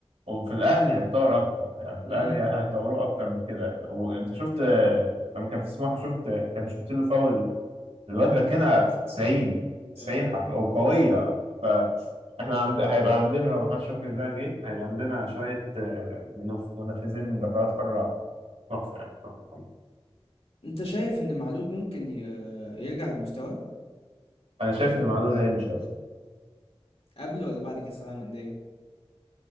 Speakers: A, on the right (about 80°); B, on the left (about 65°).
A: وفي الأهلي هيتطور أكتر يعني في الأهلي
B: امم
A: هيطوروه أكتر من كده وأنت شفت آه، لما كان في سموحة شفت كان شفت له فاول الواد راكنها في 90 90
B: اه
A: حرف وقوية فإحنا عند... هيبقى عندنا لو محمد شكري ده جه هيبقى عندنا شوية آه، منف... منفذين من ركلات حرة تحفة يعني تحفة
B: انت شايف ان معلول ممكن ي- يرجع لمستواه
A: أنا شايف إن معلول هيمشي أصلا
B: قبل ولا بعد كاس العالم للأندية